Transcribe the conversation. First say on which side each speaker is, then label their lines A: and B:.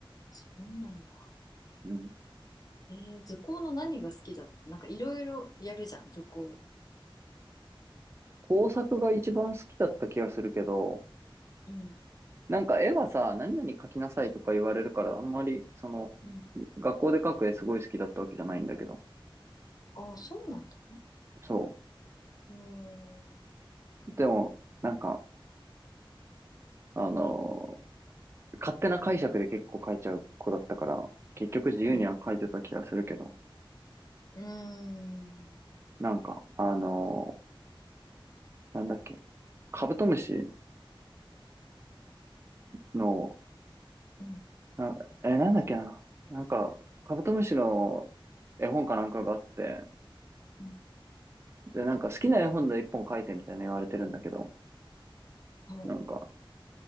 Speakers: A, on the left; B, on the right.
A: そうなんだ。
B: うん。
A: ええ図工の何が好きだなんかいろいろやるじゃん、図工。
B: 工作が一番好きだった気がするけど、
A: うん、
B: なんか絵はさ、何々描きなさいとか言われるから、あんまり、その、
A: うん、
B: 学校で描く絵すごい好きだったわけじゃないんだけど。
A: ああ、そうなんだね。
B: そ
A: うーん。
B: う。でも、なんか、あのー勝手な解釈で結構描いちゃう子だったから、結局自由には描いてた気がするけど。
A: うん、うーん、
B: なんか、あのーなんだっけ、カブトムシの、
A: うん、
B: な、え、なんだっけな。なんか、カブトムシの絵本かなんかがあって、
A: うん。
B: で、なんか好きな絵本で一本描いてみたいな言われてるんだけど、
A: お、
B: なんか、